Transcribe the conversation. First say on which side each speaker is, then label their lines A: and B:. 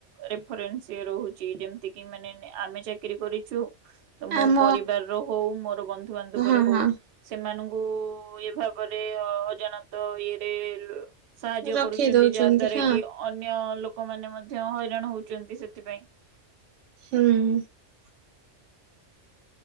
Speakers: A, on the right; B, on the right.
A: ରେଫରେନ୍ସ ରହୁଛି ଯେମିତି କିି ମାନେ ଆମେ ଚାକିରି କରିଛୁ। ତ ମୋ
B: ଆମ
A: ପରିବାର ର ହଉ ମୋର ବନ୍ଧୁ ବାନ୍ଧବରେ
B: ହଁ
A: ହଉ
B: ହଁ
A: ସେମାନଙ୍କୁ। କୁ ଏ ତାପରେ ଅଜାଣତ ଇଏରେ ସାହାଯ୍ୟ
B: ରଖେଇ
A: କରୁଛନ୍ତି
B: ଦଉଛନ୍ତି
A: ଯାହା ଦ୍ଵାରା
B: ହଁ
A: କି ଅନ୍ୟ ଲୋକମାନେ ମଧ୍ୟ ହଇରାଣ ହଉ। ଚନ୍ତି ସେଥିପାଇଁ।
B: ହୁଁ।